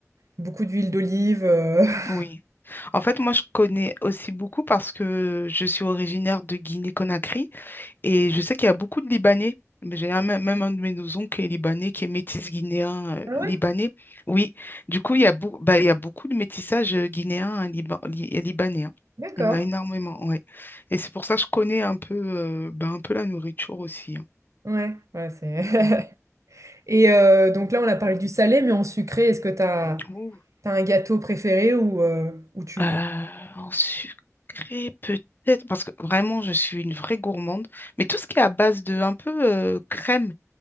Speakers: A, on the right; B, on the left.
A: beaucoup d'huile d'olive. euh. <laughs>
B: Oui. En fait, moi, je connais aussi beaucoup parce que je suis originaire de Guinée-Conakry. Et je sais qu'il y a beaucoup de Libanais, mais j'ai un- même un de mes oncles qui est libanais, qui est métis guinéen euh,
A: Ah
B: libanais.
A: ouais,
B: Oui, du coup, il y a, beau- bah, il y a beaucoup de métissage euh, guinéen hein, liba- li- et libanais. hein.
A: d'accord.
B: Il y en a énormément, ouais. Et c'est pour ça que je connais un peu, euh, bah, un peu la nourriture aussi. hein.
A: Ouais, ouais, c'est.
B: Ouais.
A: <laughs> Et euh, donc là, on a parlé du salé, mais en sucré, est-ce que t'as,
B: Ouh.
A: t'as un gâteau préféré ou, euh, ou tu.
B: Euh,
A: <laughs>
B: en sucré, peut-être, parce que vraiment, je suis une vraie gourmande. Mais tout ce qui est à base de un peu euh, crème,